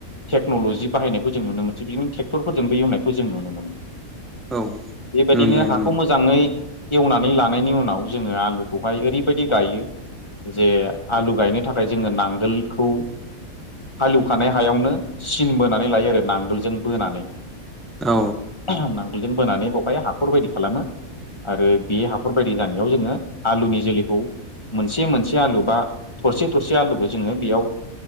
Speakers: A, on the left (about 25°); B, in the centre.
A: टेक्न'लजि बाहायनायखौ जों नुनो मोनसै बिदिनो ट्रेक्टरफोरजोंबो एवनायखौ जों नुनो मोनो।
B: औ
A: बेबायदिनो
B: नुयो
A: हाखौ
B: नुयो
A: मोजाङै एवनानै लानायनि उनाव जोङो आलुखौहाय ओरैबायदि गायो जे आलु गायनो थाखाय जोङो नांगोलखौ हालौखानाय हायावनो सिन बोनानै लायो आरो नांगोलजों बोनानै
B: औ
A: नांगोलजों बोनानै बावहाय हाखर बायदि खालामो। आरो बे हाखर बायदि जानायाव जोङो आलुनि जोलैखौ मोनसे मोनसे आलु बा थरसे थरसे आलुखौ जोङो बेयाव